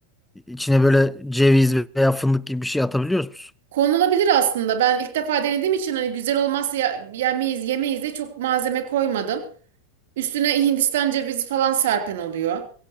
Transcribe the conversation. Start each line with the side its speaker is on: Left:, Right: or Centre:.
Centre: İçine böyle ceviz veya fındık gibi bir şey atabiliyor musun?
Right: Konulabilir aslında. Ben ilk defa denediğim için hani güzel olmazsa ya- yemeyiz, yemeyiz de çok malzeme koymadım. Üstüne Hindistan cevizi falan serpen oluyor.